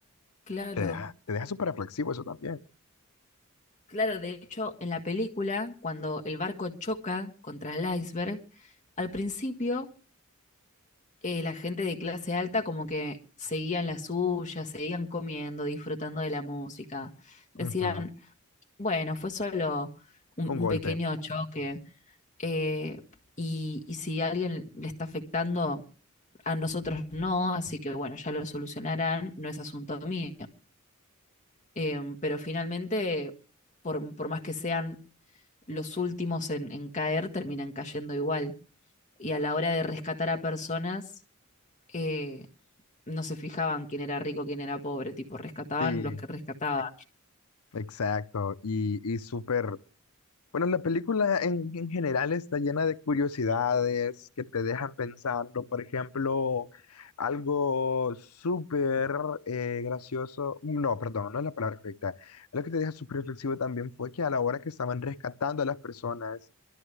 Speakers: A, on the left; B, on the left.
A: Claro.
B: te deja, te deja súper reflexivo eso también.
A: Claro, de hecho, en la película, cuando el barco choca contra el iceberg, al principio eh, la gente de clase alta como que seguían la suya, seguían comiendo, disfrutando de la música. Decían,
B: Ujú.
A: bueno, fue solo un,
B: Un
A: un
B: golpe.
A: pequeño choque. eh, y, y si a alguien le está afectando a nosotros no, así que bueno, ya lo solucionarán, no es asunto mío. Eh, pero finalmente, por, por, más que sean los últimos en, en, caer, terminan cayendo igual. Y a la hora de rescatar a personas, eh, no se fijaban quién era rico, quién era pobre, tipo, rescataban
B: Sí,
A: los que rescataban.
B: exacto. Y, y súper. Bueno, la película en, en general está llena de curiosidades que te dejan pensando. Por ejemplo, algo súper eh, gracioso. No, perdón, no es la palabra correcta. Algo que te deja súper reflexivo también fue que a la hora que estaban rescatando a las personas,